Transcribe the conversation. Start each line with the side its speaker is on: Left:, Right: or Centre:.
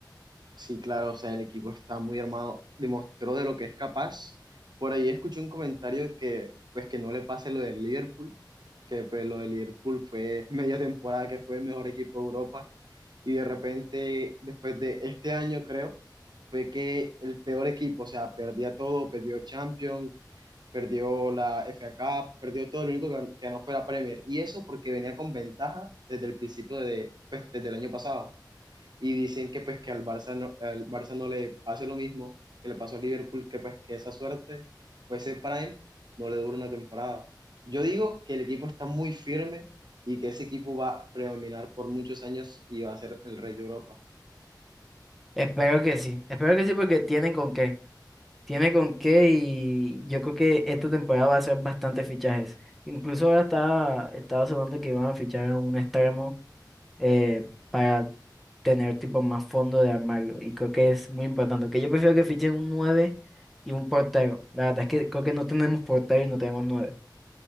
Right: Sí, claro, o sea, el equipo está muy armado, demostró de lo que es capaz. Por ahí escuché un comentario que, pues, que no le pase lo del Liverpool que pues lo del Liverpool fue media temporada que fue el mejor equipo de Europa y de repente después de este año creo fue que el peor equipo, o sea, perdía todo, perdió Champions, perdió la FA Cup, perdió todo, lo único que, que no fue la Premier y eso porque venía con ventaja desde el principio de, pues, desde el año pasado y dicen que pues que al Barça no, al Barça no le pase lo mismo que le pasó a Liverpool, que pues que esa suerte o ese prime no le dura una temporada. Yo digo que el equipo está muy firme y que ese equipo va a predominar por muchos años y va a ser el rey de Europa.
Centre: Espero que sí, espero que sí porque tienen con qué. Tiene con qué y yo creo que esta temporada va a ser bastantes fichajes. Incluso ahora está, estaba sonando que iban a fichar a un extremo eh, para tener tipo más fondo de armario. Y creo que es muy importante. Que yo prefiero que fichen un 9 y un portero. La verdad es que creo que no tenemos portero y no tenemos nueve